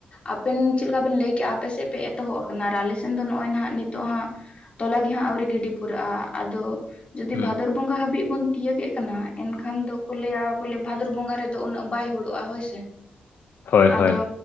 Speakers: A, on the left; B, on the left.
A: ᱟᱯᱮᱱ ᱪᱮᱫ ᱞᱮᱠᱟ ᱵᱮᱱ ᱞᱟᱹᱭ ᱠᱮᱜᱼᱟ ᱟᱯᱮ ᱥᱮᱜ ᱯᱮ ᱮᱛᱚᱦᱚᱵ ᱟᱠᱟᱱᱟ ᱟᱨ ᱟᱞᱮᱥᱮᱫ ᱫᱚ ᱱᱚᱜᱼᱚᱭ ᱦᱟᱜ ᱱᱤᱛᱚᱜ ᱦᱟᱸᱜ ᱛᱚᱞᱟ ᱜᱮ ᱦᱟᱸᱜ ᱟᱹᱣᱨᱤ ᱜᱤᱰᱤ ᱯᱩᱨᱟᱹᱜᱼᱟ, ᱟᱫᱚ ᱡᱩᱫᱤ
B: ᱦᱩᱸ
A: ᱵᱷᱟᱫᱚᱨ ᱵᱚᱸᱜᱟ ᱦᱟᱹᱵᱤᱡ ᱵᱚᱱ ᱛᱤᱭᱟᱹᱜᱮᱫ ᱠᱟᱱᱟ, ᱮᱱᱠᱷᱟᱱ ᱫᱚ ᱠᱚ ᱞᱟᱹᱭᱟ ᱵᱚᱞᱮ ᱵᱷᱟᱫᱚᱨ ᱵᱚᱸᱜᱟ ᱨᱮᱫᱚ ᱩᱱᱟᱹᱜ ᱵᱟᱭ ᱦᱩᱲᱩᱜᱼᱟ ᱦᱳᱭᱥᱮ,
B: ᱦᱳᱭ
A: ᱟᱫᱚ
B: ᱦᱳᱭ